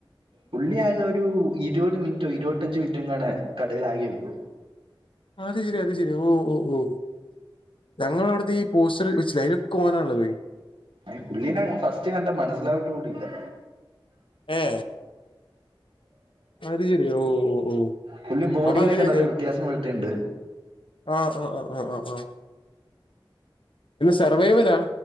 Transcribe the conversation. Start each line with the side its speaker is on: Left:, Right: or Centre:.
Right: പുള്ളിയാകെ ഒരു ഇരുപത് മിനിറ്റോ ഇരുപത്തഞ്ച മിനിറ്റോങ്ങണ കടൽ ആകേയുള്ളൂ
Left: അത് ശെരി അത് ശരി ഓ ഓ ഓ ഞങ്ങ അവിടുത്തെ ഈ പോസ്റ്ററി വെച്ചില്ല അയിൽ കോനള്ളത്
Right: അഹ് പുള്ളീനെ ഫസ്റ്റ് കണ്ട മനസിലാവട്ട് കൂടില്ല <inaudible>
Left: ഏ അത് ശരി ഓ ഓ ഓ
Right: പുല്ല ബോഡിയിലൊക്കെ
Left: അപ്പൊ അങ്ങനെ
Right: നല്ല വ്യത്യാസം വലട്ടുണ്ട്
Left: ആഹ് ആഹ് ആഹ് സർവൈവലാ